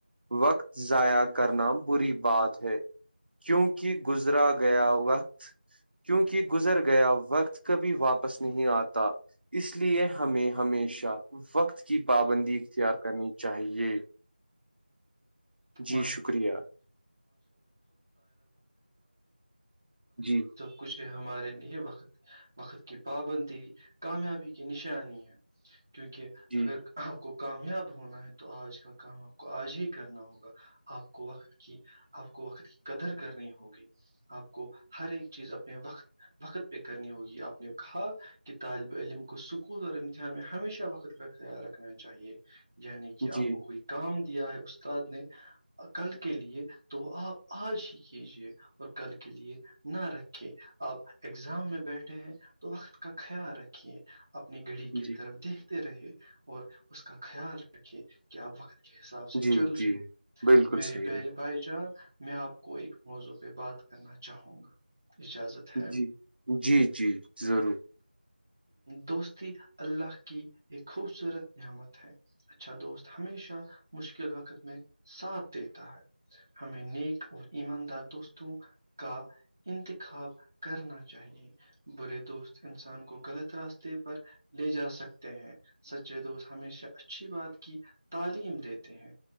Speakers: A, on the right; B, on the right.
A: وقت ضائع کرنا بری بات ہے کیونکہ گزرا گیا وقت کیونکہ گزر گیا وقت کبھی واپس نہیں آتا اس لیے ہمیں ہمیشہ وقت کی پابندی اختیار کرنی چاہیے
B: <unintelligible>
A: جی شکریہ جی
B: کچھ ہمارے لیے وقت وقت کی پابندی کامیابی کی نشانی ہے کیونکہ
A: جی
B: اگر آپ کو کامیاب ہونا ہے تو آج کا کام آپ کو آج ہی کرنا ہوگا آپ کو وقت کی آپ کو وقت کی قدر کرنی ہوگی آپ کو ہر ایک چیز اپنے وقت وقت پہ کرنی ہوگی آپ نے کہا کہ طالب علم کو سکول اور امتحان میں ہمیشہ وقت کا خیال رکھنا چاہیے یعنی کہ
A: جی
B: آپ کو کوئی کام دیا ہے استاد نے کل کے لیے تو وہ آپ آج ہی کیجیے اور کل کے لیے نہ رکھے آپ اگزام میں بیٹھے ہیں تو وقت کا خیال رکھیے اپنی گھڑی کی
A: جی
B: طرف دیکھتے رہے اور اس کا خیال رکھے کہ آپ وقت کے حساب سے
A: جی
B: چل
A: جی
B: رہے
A: بالکل
B: میے
A: صحیح
B: پیاری
A: بالکل
B: بھائی جان میں آپ کو ایک موضوع پہ بات کرنا چاہوں گا اجازت ہے
A: جی جی جی ضرور
B: دوستی اللہ کی ایک خوبصورت نعمت ہے اچھا دوست ہمیشہ مشکل وقت میں ساتھ دیتا ہے ہمیں نیک اور ایماندار دوستوں کا انتخاب کرنا چاہیے برے دوست انسان کو غلط راستے پر لے جا سکتے ہیں سچے دوست ہمیشہ اچھی بات کی تعلیم دیتے ہیں